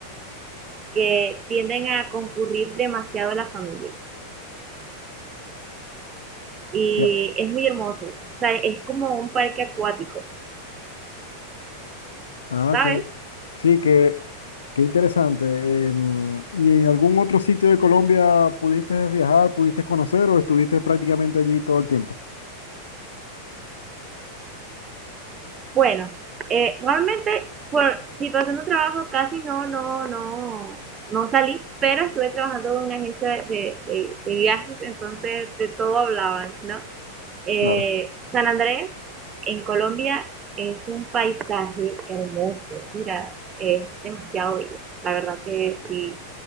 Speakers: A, on the right; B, on the left.
A: que tienden a concurrir demasiado la familia y
B: Ya.
A: es muy hermoso. O sea, es como un parque acuático,
B: Ah,
A: ¿sabes?
B: que, sí, que, qué interesante. Em, ¿y en algún otro sitio de Colombia pudiste viajar, pudiste conocer o estuviste prácticamente allí todo el tiempo?
A: Bueno, eh, realmente por situación de trabajo casi no, no, no, no salí, pero estuve trabajando en una agencia de, de, de viajes, entonces de todo hablaban, ¿no? Eh,
B: Claro,
A: San Andrés, en Colombia, es un paisaje hermoso. Mira, es demasiado bello. La verdad que si